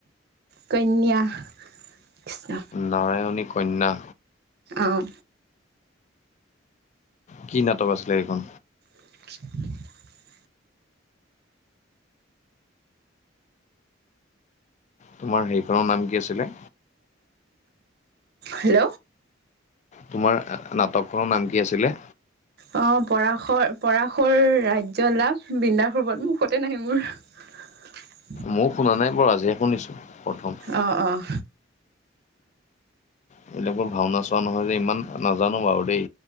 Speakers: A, on the right; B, on the left.
A: কন্যা কৃষ্ণ।
B: নাৰায়ণী কন্যা।
A: অঁ।
B: কি নাটক আছিলে এইখন?
A: <inaudible>
B: তোমাৰ হেৰিখনৰ নাম কি আছিলে
A: হেল্ল
B: তোমাৰ আ নাটকখনৰ নাম কি আছিলে
A: অ পৰাশৰ পৰাশৰ ৰাজ্য লাভ বৃন্দাশ্ৰৱণ মুখতে নাহে মোৰ। <inaudible>
B: মইয়ো শুনা নাই বাৰু আজিহে শুনিছোঁ প্ৰথম।
A: অ অহ।
B: মোৰ যে ভাওনা চোৱা নহয় যে ইমান নাজানো বাৰু দেই।